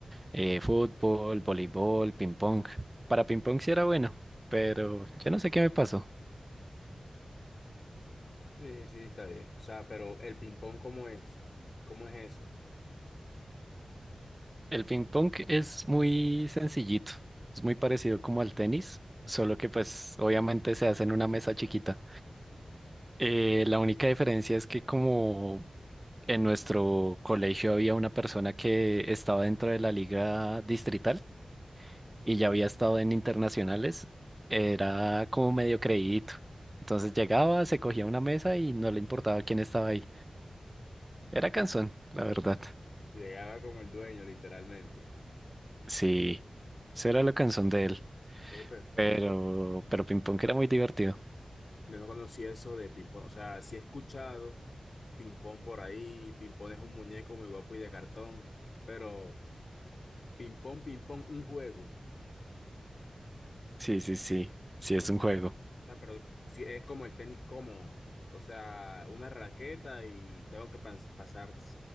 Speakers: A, on the right; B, on the left.
A: eh, fútbol, voleibol, ping pong. Para ping pong sí era bueno, pero yo no sé qué me pasó.
B: Sí, sí, está bien. O sea, pero el ping-pong, ¿cómo es? ¿Cómo es eso?
A: El ping pong es muy sencillito, es muy parecido como al tenis, solo que pues obviamente se hace en una mesa chiquita. Eh, la única diferencia es que como en nuestro colegio había una persona que estaba dentro de la liga distrital y ya había estado en internacionales, era como medio creídito. Entonces llegaba, se cogía una mesa y no le importaba quién estaba ahí. Era cansón, la verdad.
B: Llegaba como el dueño, literalmente.
A: Sí, eso era lo cansón de él.
B: Eh, pero-
A: Pero, pero ping pong era muy divertido.
B: Yo no conocía eso de ping-pong. O sea, sí he escuchado ping-pong por ahí. Ping-pong es un muñeco muy guapo y de cartón. Pero ping-pong, ping-pong, un juego.
A: Sí, sí, sí. Sí, es un juego.
B: O sea, pero sí es como el tenis como, O sea, una raqueta y tengo que pas- pasar,